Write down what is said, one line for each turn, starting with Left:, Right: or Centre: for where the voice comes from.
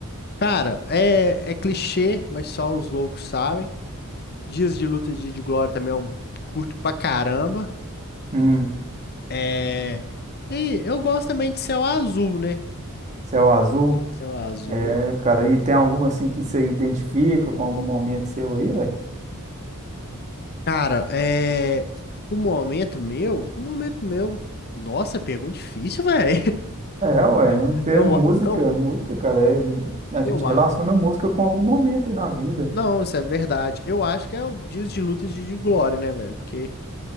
Left: Cara, é, é clichê, mas só os loucos sabem. Dias de Luta e Dia de Glória também eu curto pra caramba.
Right: Hum,
Left: É. E eu gosto também de Céu Azul, né?
Right: Céu Azul.
Left: Céu Azul.
Right: É, cara, e tem alguma assim que você identifica com algum momento seu aí, velho?
Left: Cara, é. O momento meu, com o momento meu. Nossa, pergunta difícil, velho.
Right: É, ué, é um
Left: <laughs>
Right: ter
Left: Eu,
Right: música,
Left: eu,
Right: música, cara, é- a gente
Left: eu acho.
Right: relaciona música com algum momento aí na vida.
Left: Não, isso é verdade. Eu acho que é o dias de luta e dias de glória, né, velho? Porque